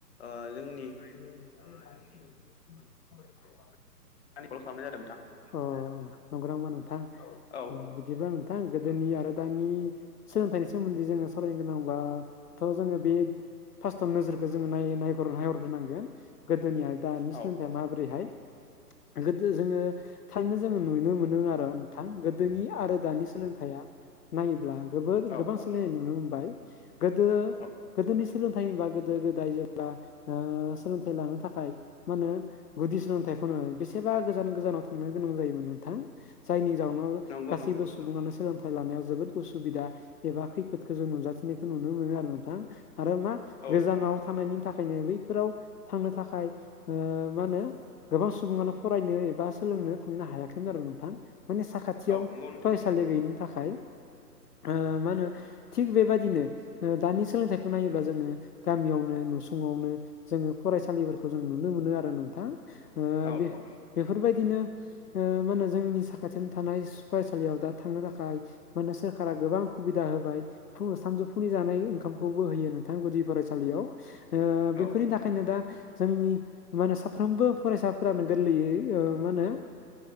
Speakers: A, on the left (about 40°); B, on the left (about 65°).
A: ओ जोंनि
B: <unintelligible>
A: होननानै खल खालामनाय जादों नोंथां।
B: अ नंगौ नामा नोंथां
A: औ
B: बिदिब्ला ओ गोदोनि आरो दानि सोलोंथाइनि सोमोन्दै जोङो सावरायनो गोनांबाथ' जोङो बे फार्स्टआव नोजोर खौ जोङो नाय नाय नायहरग्रोनांगोन गोदोनिया दानि
A: औ
B: सोलोंथाइया
A: औ
B: माबोरैहाय? गोदो जोङो थारैनो जोङो नुनो मोनो आरो नोंथां गोदोनि आरो दानि सोलोंथाइया नायोब्ला गोबोर
A: औ
B: गोबां
A: औ
B: सोलोंनाय नुनो मोनबाय गोदो
A: औ
B: गोदोनि सोलोंथाइ होनबा गोदो गोदाय जेब्ला ओ सोलोंथाइ लानो थाखाय मा होनो गुदि सोलोंथाइखौनो बेसेबा गोजान गोजानाव था थांनो गोनां जायोमोन नोंथां जायनि जाउनाव
A: नंगौ
B: गासैबो
A: नंगौ
B: सु सुबुङानो सोलोंथाइ लानायाव जोबोद उसुबिदा एबा खैफोदखौ जों नुजाथिनायखौ नुनो मोनो आरो नोंथां आरो मा
A: औ
B: गोजानाव
A: औ
B: थानायनि थाखायनो बैफोराव थांनो थाखाय मा होनो गोबां सुबुङानो फरायनो एबा सोलोंनो थांनो हायाखैमोन आरो नोंथां माने साखाथियाव
A: औ नंगौ नोंथां
B: फरायसालि गैयिनि थाखाय। आ मा होनो? थिग बेबायदिनो दानि सोलोंथाइखौ नायोब्ला जोङो गामियावनो नुसुङावनो जोङो फरायसालिफोरखौ जों नुनो मोनो आरो नोंथां
A: औ
B: बे
A: औ
B: बेफोरबायदि बिदिनो मा होनो जोंनि साखाथियाव थानाय फरायसालियाव दा थांनो थाखाय माने सोरखारा गोबां सुबिदा होबाय फ सानजौफुनि जानाय ओंखामखौबो होयो नोंथां गुदि फरायसालियाव बेफोरनि
A: औ
B: थाखायनो दा जोंनि माो साफ्रोमबो फरायसाफोरानो गोरलैयै मा होनो